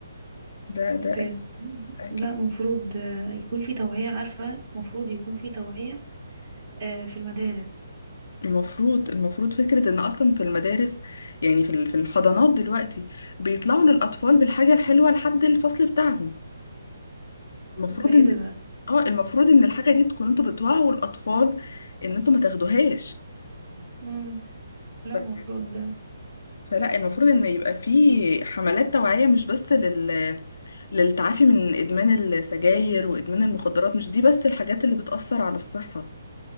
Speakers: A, on the left; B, on the right.
A: ده ده
B: يا ساتر. مم.
A: اكيد
B: لا مفروض آه، يكون في توعية عارفة مفروض يكون في توعية آه في المدارس
A: المفروض المفروض فكرة ان اصلا في المدارس يعني في ال- في الحضانات دلوقتي بيطلعوا للاطفال بالحاجة الحلوة لحد الفصل بتاعهم المفروض
B: ده ايه
A: ان
B: ده ده
A: اه المفروض ان الحاجة دي تكون انتوا بتوعوا الاطفال ان انتوا ما تاخدوهاش
B: مم. لا
A: ف-
B: المفروض ده
A: فلا المفروض ان يبقى في حملات توعية مش بس لل... للتعافي من ادمان السجاير وادمان المخدرات مش دي بس الحاجات اللي بتأثر على الصحة